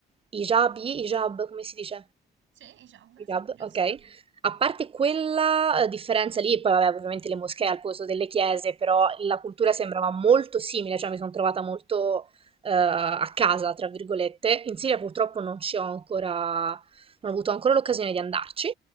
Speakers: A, on the right; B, on the right.
A: hijab, hijab come si dice?
B: sì, hijab,
A: Hijab,
B: sì, giusto.
A: ok. A parte quella eh, differenza lì, poi vabbè, ovviamente le moschee al posto delle chiese, però la cultura
B: Sì.
A: sembrava molto simile, cioè mi sono trovata molto eh, a casa, tra virgolette. In Siria purtroppo non ci ho ancora, non ho avuto ancora l'occasione di andarci.